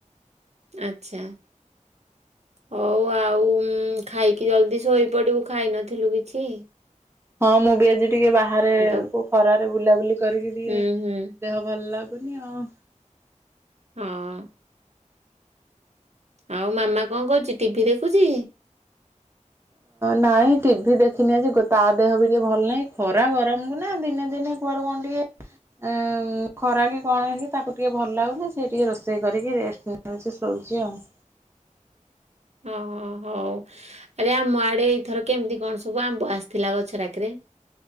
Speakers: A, on the right; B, on the right.
A: ଆଚ୍ଛା। ହଉ ଆଉ ଖାଇକି ଜଲଦି ଶୋଇପଡିବୁ ଖାଇନଥିଲୁ କିଛି।
B: ହଁ ମୁଁ ଗେଜେ ଟିକେ ବାହାରେ
A: ତ
B: କୁ ଖରାରେ ବୁଲାବୁଲି କରିକି ଟିକିଏ
A: ହୁଁ ହୁଁ
B: ଦେହ ଭଲ ଲାଗୁନି ଆଉ।
A: ହଁ। ଆଉ ମାମା କଣ କରହୁଚି ଟିଭି ଦେଖୁଚି। ହଁ
B: ନାଇଁ ଟିଭି ଦେଖିନେହିଁ ଯେ ତା ଦେହ ବି ଟିକେ ଭଲ ନାହିଁ ଖରା ଗରମକୁ ନା ଦିନେ ଦିନେ କୁଆଡୁ କଣ ଟିକେ ଖରା କି କଣ ହେଇକି ତାକୁ ଟିକେ ଭଲ ଲାଗୁନେହିଁ ସିଏ ଟିକେ ରୋଷେଇ କରିକି ରେଷ୍ଟେ ନେ ନୋଉଚି ଶୋଉଚି ଆଉ।
A: ଓ ହ ହୋଉ ଆରେ ଆମ ଆଡେ ଏଇଥର କେମିତି କଣ ସବୁ ଆମ୍ବ ଆସିଥିଲା ଗଛଗୁରାକିରେ?